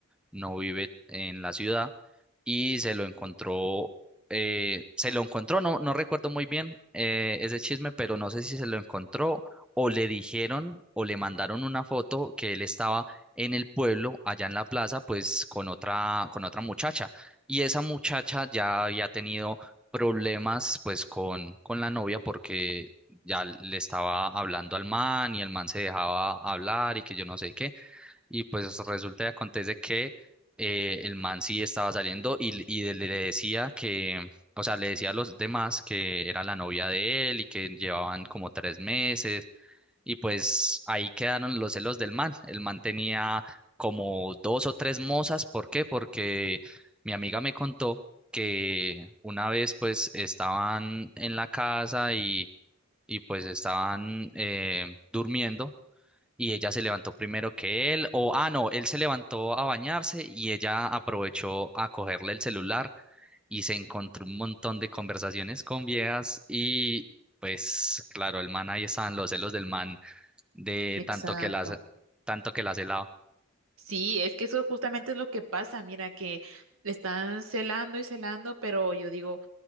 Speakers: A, in the centre; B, on the right.
A: no vive en la ciudad y se lo encontró, eh, se lo encontró, no, no recuerdo muy bien eh, ese chisme, pero no sé si se lo encontró o le dijeron o le mandaron una foto que él estaba en el pueblo, allá en la plaza, pues con otra, con otra muchacha. Y esa muchacha ya había tenido problemas pues con, con la novia porque ya le estaba hablando al man y el man se dejaba hablar y que yo no sé qué. Y pues resulta y acontece que eh, el man sí estaba saliendo y, y de- le decía que, o sea, le decía a los demás que era la novia de él y que llevaban como tres meses. Y pues ahí quedaron los celos del man. El man tenía como dos o tres mozas. ¿Por qué? Porque mi amiga me contó que una vez pues estaban en la casa y, y pues estaban eh, durmiendo y ella se levantó primero que él, o ah, no, él se levantó a bañarse y ella aprovechó a cogerle el celular y se encontró un montón de conversaciones con viejas y pues claro, el man ahí estaban los celos del man de
B: Exacto.
A: tanto que las tanto que las helaba. <laughs>
B: Sí, es que eso justamente es lo que pasa, mira, que le están celando y celando, pero yo digo...